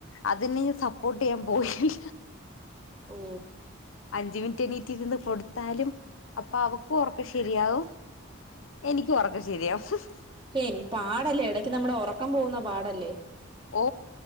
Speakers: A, on the left; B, on the right.
A: അതിനെ സപ്പോർട്ട് ചെയ്യാൻ പോയില്ല
B: ഓ
A: അഞ്ച് മിനിറ്റ് എണീറ്റ് ഇരുന്ന് കൊടുത്താലും അപ്പൊ അവക്കും ഉറക്കം ശെരിയാവും എനിക്ക് ഉറക്കം ശരിയാവും ഹ്
B: പെൻ പാടല്ലെ ഇടയ്ക്ക് നമ്മുടെ ഉറ ഉറക്കം പോകുന്ന പാടല്ലേ
A: ഓ